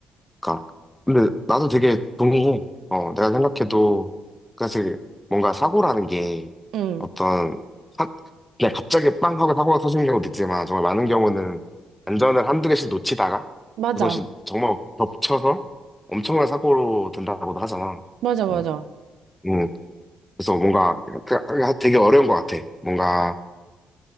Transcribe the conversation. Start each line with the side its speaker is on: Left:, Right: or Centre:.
Centre: 그니까. 근데 나도 되게 동의해. 어, 내가 생각해도, 그러니까 사실 뭔가 사고라는 게
Right: 응.
Centre: 어떤, 한, 그냥 갑자기 빵 하고 사고가 터지는 경우도 있지만, 정말 많은 경우는 안전을 한두 개씩 놓치다가,
Right: 맞아.
Centre: 그것이 정말 겹쳐서 엄청난 사고로 된다고도 하잖아.
Right: 맞아, 맞아.
Centre: 음, 음. 그래서 뭔가 그- 그- 그 되게 어려운 것 같아. 뭔가,